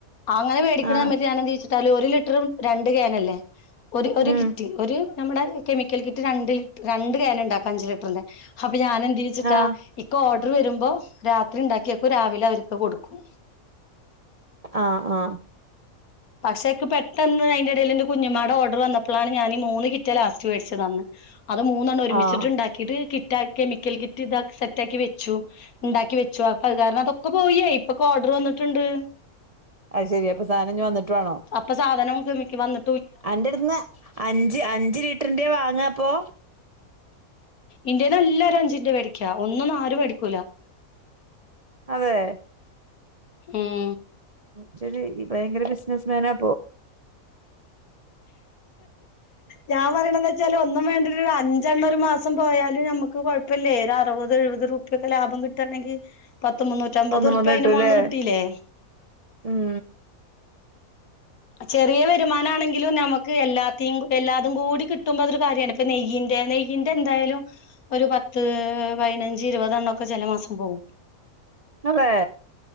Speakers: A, on the left; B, on the right.
A: അങ്ങനെ വേടിക്കണ
B: ആഹ്
A: സമയത്ത് ഞാനന്ത് ചെയ്യുച്ചിട്ടാലും ഒരു ലിറ്ററും രണ്ട് ക്യാനല്ലേ ഒരു ഒരു
B: ഉം
A: കിറ്റ് ഒരു നമ്മുടെ കെമിക്കൽ കിറ്റ് രണ്ട് ലിറ്റ് രണ്ട് ക്യാൻ ഇണ്ടാക്കാ അഞ്ച് ലിറ്ററിന്റെ. ഹ പ്പെ ഞാൻ എന്ത് ചെയ്യുംച്ചിട്ടാ
B: ആഹ്
A: ഇക്ക്‌ ഓർഡർ വരുമ്പോ രാത്രി ഇണ്ടാക്കിയേക്കും രാവിലെ അവർക്ക് കൊടുക്കും.
B: ആഹ് ആഹ്
A: പക്ഷേ ക്ക് പെട്ടെന്ന് അയിന്റെ എടേല്ന്റെ കുഞ്ഞുമ്മാടെ ഓർഡർ വന്നപ്പളാണ് ഞാന് ഈ മൂന്ന് കിറ്റാ ലാസ്റ്റ് വേടിച്ചത് അന്ന് അത് മൂന്നെണ്ണും ഒരുമിച്ചിട്ട്
B: ആഹ്
A: ഇണ്ടാക്കിട്ട് കിറ്റാ കെമിക്കൽ കിറ്റ് ഇതാ സെറ്റാക്കി വെച്ചു. ഇണ്ടാക്കി വെച്ചു അപ്പ അത് കാരണം അതൊക്കെ പോയിയേ ഇപ്പൊക്കെ ഓർഡർ വന്നിട്ട്ണ്ട്.
B: അയ് ശരി അപ്പം സാനം ഇഞ്ഞി വന്നിട്ട് വാണോ
A: അപ്പൊ സാധനോം കെമിക്ക് വന്ന്
B: അന്റെട്ത്ത്ന്ന് അഞ്ച് അഞ്ച് ലിറ്ററിന്റെ വാങ്ങാ അപ്പോ?
A: ഇന്റേന്ന് എല്ലാരും അഞ്ചിന്റെ വേടിക്കാ ഒന്നൊന്നും ആരും വേടിക്കൂല്ല.
B: അതെ
A: ഉം
B: ഇജ്ജൊരു ഭയങ്കര ബിസിനസ്മാനാ അപ്പൊ
A: ഞാൻ പറയണന്ന് വെച്ചാല് ഒന്നും വേണ്ട ഒരു അ ഞ്ചണ്ണം ഒരു മാസം പോയാലും നമുക്ക് കുഴപ്പല്ലേ ഒരു അറുപത് എഴുപത് ഉർപ്യൊക്കെ ലാഭം കിട്ടാണെങ്കി പത്ത് മുന്നൂറ്റമ്പത്
B: ഒന്നും
A: ഉർപ്യ
B: വന്ന്
A: അതിന്റെ
B: കിട്ടൂലേ
A: മോള്ന്ന് കിട്ടീല്ലേ.
B: ഉം
A: ചെറിയ വരുമാനാണെങ്കിലും നമുക്ക് എല്ലാത്തിം എല്ലാതും കൂടി കിട്ടുമ്പോ അത് ഒരു കാര്യാണെ. ഇപ്പ നെയ്യിന്റെ നെയ്യിന്റെ എന്തായാലും ഒരു പത്ത് പയിനഞ്ച് ഇരുപതെണ്ണൊക്കെ ചെല മാസം പോവും.
B: അതെ